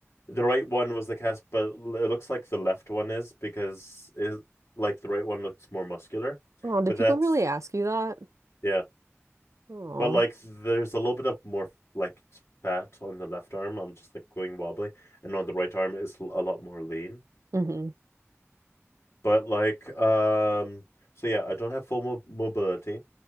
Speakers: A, on the left; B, on the right.
A: the right one was the cast but it looks like the left one is because it like the right one looks more muscular
B: Oh, did
A: but that's
B: people really ask you that?
A: yeah
B: Oh,
A: but like there's a little bit of more like fat on the left arm I'm just like going wobbly and on the right arm is a lot more lean
B: hmm
A: but like um so yeah I don't have full mo mobility